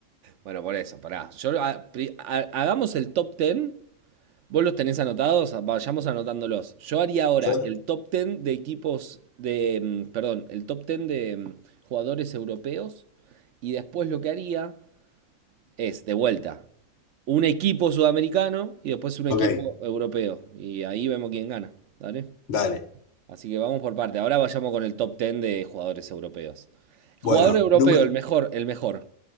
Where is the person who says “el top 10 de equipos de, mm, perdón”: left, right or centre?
Right